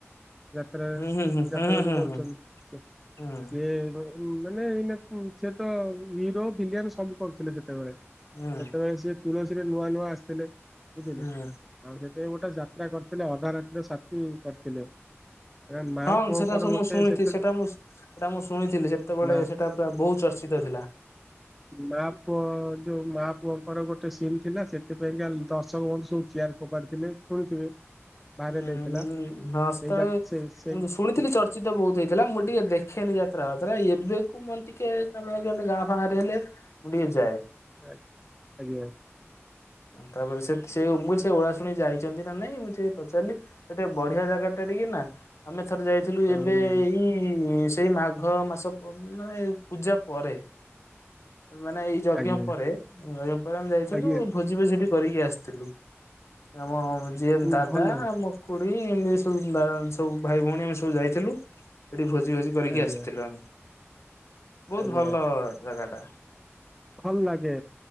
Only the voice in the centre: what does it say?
ଯାତ୍ରାରେ
ଯାତ୍ରା
ଯୋଉ
କରୁଚନ୍ତି ସେ
ସିଏ ଏବେ ମାନେ ଏଇ ନାକୁ ସେ ତ ହିରୋ, ଭିଲିଆନ ସବୁ କରୁଥିଲେ ସେତେବେଳେ।
ସେତେବେଳେ ସିଏ ତୁଳସୀରେ ନୂଆ ନୂଆ ଆସିଥିଲେ। ବୁଝିଲେ
ଆଉ ସେଥିପାଇଁ ଗୋଟେ ଯାତ୍ରା କରିଥିଲେ, ଅଧା ରାତିର ସାଥି କରିଥିଲେ। ମା
ପୁଅଙ୍କର
ଗୋଟେ
ସେଥିରେ
ମା
ମା ପୁଅ ଯୋଉ ମା ପୁଅଙ୍କର ଗୋଟେ ସିନ୍ ଥିଲା ସେଥିପାଇଁକା ଦର୍ଶକ ବନ୍ଧୁ ଯୋଉ ଚିୟାର ଫୋପାଡିଥିଲେ ଶୁଣିଥିବେ? ଭାଇରାଲ
ହେଇଥିଲା
ସେଇ ଯା ସେଇ ସେଇ
ଆଜ୍ଞା।
ଆଉ
ଆଜ୍ଞା
ଆଜ୍ଞା
ହୁଁ
ଭଲ
ଆଜ୍ଞା
ଆଜ୍ଞା
ଭଲ ଲାଗେ,